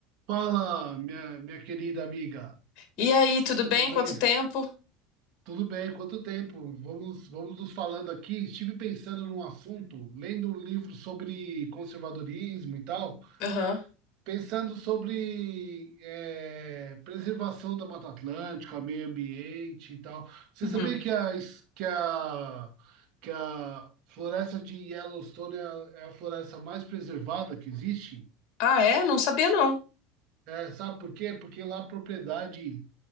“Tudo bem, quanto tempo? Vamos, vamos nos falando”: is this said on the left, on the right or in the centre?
Right